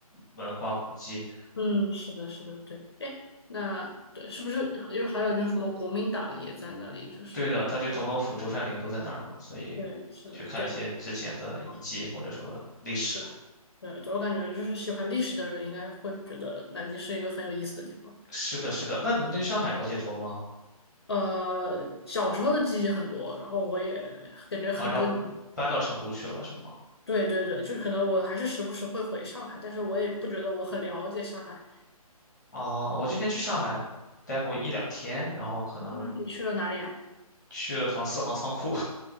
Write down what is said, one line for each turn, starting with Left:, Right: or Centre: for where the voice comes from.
Centre: 文化古迹。
Left: 嗯，是的，是的，对，哎，那对，是不是因为还有就是什么国民党也在那里？就是
Centre: 对的，它就总统府、中山陵都在那儿嘛，所以去看一些之前的遗迹或者说历史。
Left: 对，是的，对，哦对对对，我感觉就是喜欢历史的人应该会觉得南京是一个很有意思的地方。
Centre: 是的，是的，那您对上海了解多吗？
Left: 呃，小时候的记忆很多，然后我也感觉很多年
Centre: 啊，然后搬到成都去了是吗？
Left: 对对对，就是可能我还是时不时会回上海，但是我也不觉得我很了解上海。
Centre: 啊，我今天去上海待过一两天，然后可能
Left: 那你去了哪里啊？
Centre: 去了趟四行仓库